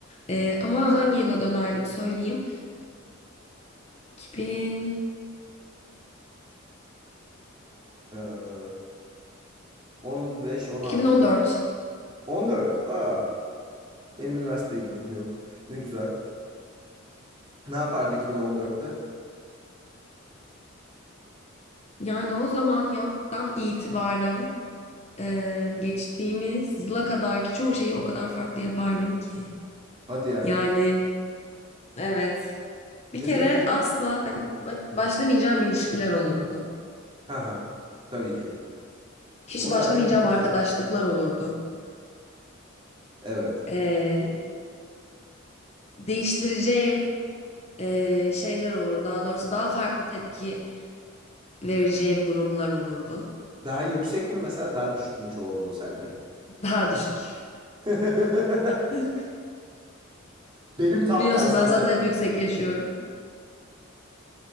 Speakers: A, on the left; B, on the right.
A: Ee, ama hangi yıla dönerdim söyleyeyim. 2010,
B: Ee, 15-16
A: 2014.
B: mı? 14. Aa, benim üniversiteye girdiğim yıl. Ne güzel. Ne yapardın 2014'te?
A: Yani o zaman yaptan itibaren e, geçtiğimiz yıla kadarki çoğu şeyi o kadar farklı yapardım ki.
B: Hadi ya.
A: Yani evet. Bir
B: <laughs>
A: kere asla hani ba- başlamayacağım ilişkiler olurdu.
B: Ha ha. Tabii ki.
A: hiç
B: O zaten
A: başlamayacağım
B: en hızlı
A: arkadaşlıklar
B: şey.
A: olurdu.
B: Evet.
A: Ee, değiştireceğim ee, şeyler olur. Daha doğrusu daha farklı tepki vereceğim durumlar olurdu.
B: Daha yüksek mi mesela daha düşük mü çoğunluğu sence?
A: Daha düşük.
B: <laughs>
A: <laughs>
B: Benim tam
A: Biliyorsun
B: tersi
A: ben
B: mesela
A: zaten
B: bu.
A: hep yüksek yaşıyorum.